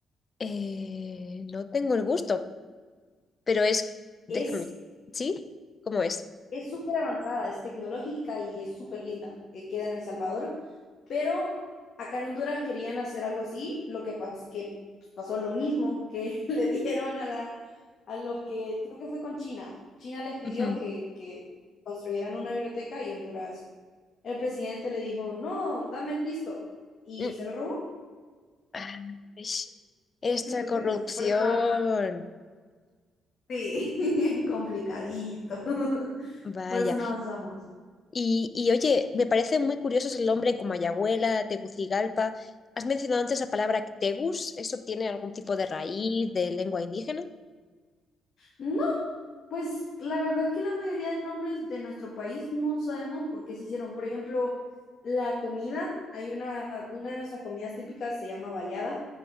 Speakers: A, on the left (about 40°); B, on the left (about 60°).
A: eh, no tengo el gusto, pero es, déjame,
B: es
A: ¿sí? ¿Cómo es?
B: Es súper avanzada, es tecnológica y es súper linda. eh, queda en El Salvador, pero acá en Honduras querían hacer algo así, lo que, pas que pasó lo mismo que <laughs> le dieron a, la, a los que, creo que fue con China. China les pidió
A: Ujú.
B: que, que construyeran una biblioteca y Honduras, el presidente le dijo, no, dame el pisto. Y
A: Mm,
B: se lo robó.
A: ah, ish, Esta
B: Entonces,
A: corrupción.
B: por eso no avanzamos. Sí, <laughs> complicadito. <laughs>
A: Vaya.
B: Por eso no avanzamos.
A: Y, y, oye, me parecen muy curiosos el nombre como Ayahuela, Tegucigalpa. ¿Has mencionado antes la palabra Tegus? ¿Eso tiene algún tipo de raíz de lengua indígena?
B: No, Pues la verdad es que la mayoría de nombres de nuestro país no sabemos por qué se hicieron. Por ejemplo, la comida, hay una, una de nuestras comidas típicas se llama baleada.